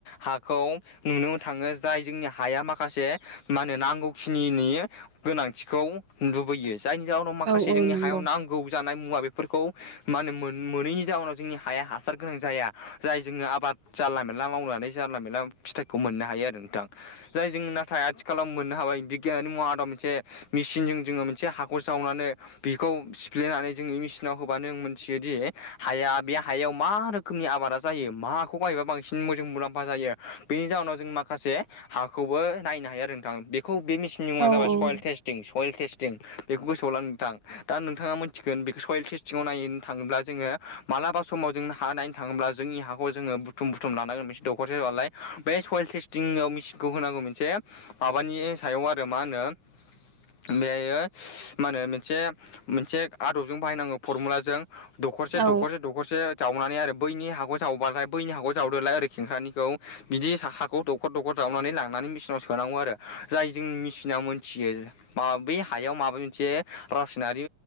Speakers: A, on the left; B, on the right.
A: हाखौ नुनो थाङो जाय जोंनि हाया माखासे मा होनो नांगौखिनि गोनांथिखौ लुबैयो जायनि जाहोनाव माखासे
B: औ औ
A: जोंनि
B: नंगौ
A: हायाव नांगौ जानाय मुवा बेफोरखौ मा होनो मोन मोनैनि जाउनाव जोंनि हाया हासार गोनां जाया जाय जोङो आबाद जानला मेनला मावनानै जानला मेनला फिथाइखौ मोननो हायो आरो नोंथां जाय जों नाथाय आथिखालाव मोननो हाबाय बिगियाननि मुवा आदब मोनसे मेसिनजों जोङो मोनसे हाखौ जावनानै बेखौ सिफ्लेनानै जोंनि मेसिनाव होबानो जों मोनथियो दि हाया बे हायाव मा रोख खोमनि आबादा जायो माखौ गायोबा बांसिन मोजां मुलाम्फा जायो बेनि जाहोनाव जों माखासे हाखौबो नायनो हायो आरो नोंथां बेखौ बे मेसिननि मुङा
B: औ
A: जाबाय
B: औ
A: सयेल टेस्ट सयेल टेस्टिं बेखौ गोसोआव ला नोंथां दा नोंथाङा मिथिगोन बेखौ सयेल टेस्टिंआव नायनो थाङोब्ला जोङो मालाबा समाव जों हा नायनो थाङोब्ला जोंनि हाखौ जोङो बुथुम बुथुम लानांगोन मोनसे दख'रसे नालाय बे सयल टेस्टिंआव मेचिनखौ होनांगौ मोनसे माबानि सायाव आरो मा होनो बेहायो मा होनो मोनसे मोनसे आदबजों बाहायनांगौ फरमुलाजों दखरसे
B: औ
A: दखरसे दखरसे जावनानै आरो बैनि हाखौ जावबाथाय बैनि हाखौ जावदोलाय ओरै खेंख्रानिखौ बिदि हाखौ दखर दखर जावनानै लांनानै मेसिनाव सोनांगौ आरो जाय जोंनि मेसिना मोनथियो मा बै हायाव माबा मोनसे रासायनारि